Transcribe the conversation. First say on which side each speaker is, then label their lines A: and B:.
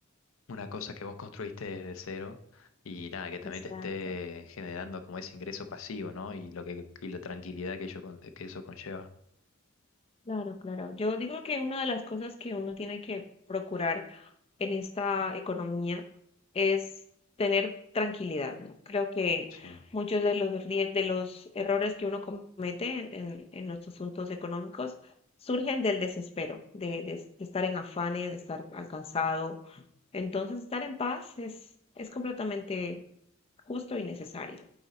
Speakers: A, on the left; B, on the left.
A: una cosa que vos construiste desde cero y nada, que también
B: exacto.
A: te esté generando como ese ingreso pasivo, ¿no? Y lo que y la tranquilidad que ello con- que eso conlleva.
B: Claro, claro. Yo digo que una de las cosas que uno tiene que procurar en esta economía es tener tranquilidad, ¿no? Creo que
A: Sí.
B: muchos de los, rie- de los errores que uno comete en, en los asuntos económicos surgen del desespero, de, de- de estar en afanes, de estar alcanzado. Entonces, estar en paz es, es completamente justo y necesario.